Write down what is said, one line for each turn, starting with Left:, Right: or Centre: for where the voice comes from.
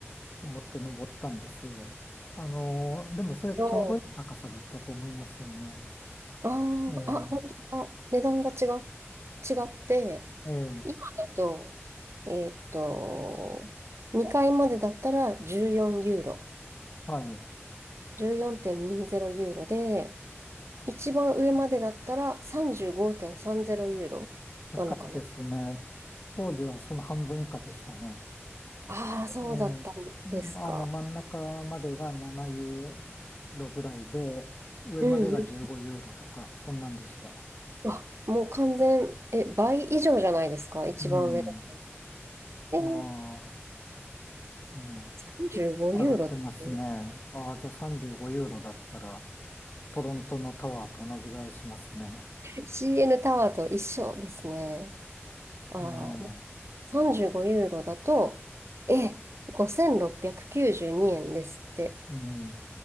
Left: 思って登ったんですよ。あのーでもそれちょうどいい高さだったと思いますよね。
Right: どうあああ、
Left: ええ、
Right: 本当だ。値段が違う、違って、
Left: ええ、
Right: 今だと、えっと、2階までだったら14ユーロ、
Left: はい。
Right: 14.20ユーロで、一番上までだったら35.30ユーロなのかな。
Left: 高いですね。当時はその半分以下でしたね。
Right: ああ、そうだったんですか。
Left: ええ、まあの、真ん中までが7ユーロぐらいで、上までが15ユーロとか、
Right: うんうん。
Left: そんなんでした。
Right: わ、もう完全、え、倍以上じゃないですか、一番上だと。
Left: うん。
Right: えー、
Left: いやーね、
Right: 35ユーロって
Left: 上がってますね。ああ、じゃあ35ユーロだったら、トロントのタワーと同じぐらいしますね。
Right: CN <laughs> タワーと一緒ですね。ああ、
Left: ええ、
Right: 35ユーロだと、え、5692円ですって。
Left: うん。